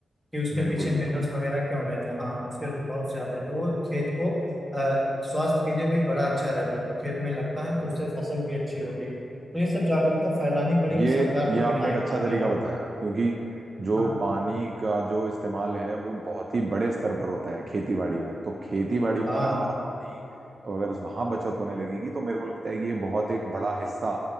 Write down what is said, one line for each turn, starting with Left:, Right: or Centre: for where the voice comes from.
Centre: कि उसके
Right: बिल्कुल
Centre: पीछे मिनरल्स
Right: बिल्कुल
Centre: वगैरह क्यों रहते हैं हाँ उसके बहुत से आते हैं तो वो खेत को अ, स्वास्थ्य के लिए भी बड़ा अच्छा रहता है तो खेत में लगता है तो उससे फसल भी अच्छी होती है तो ये सब जागरूकता
Right: हम्म।
Centre: फैलानी पड़ेगी
Right: ये
Centre: सरकार
Right: ये
Centre: को
Right: आपने
Centre: भी यहाँ
Right: एक अच्छा
Centre: आगे
Right: तरीका
Centre: आना
Right: बताया
Centre: पड़ेगा
Right: क्योंकि जो
Centre: हाँ
Right: पानी का जो इस्तेमाल है वो बहुत ही बड़े स्तर पर होता है खेती बाड़ी में तो खेती बाड़ी में
Centre: हाँ
Right: अगर हमारा पानी अगर उस वहां बचत होने लगेगी तो मेरे को लगता है कि ये बहुत एक बड़ा हिस्सा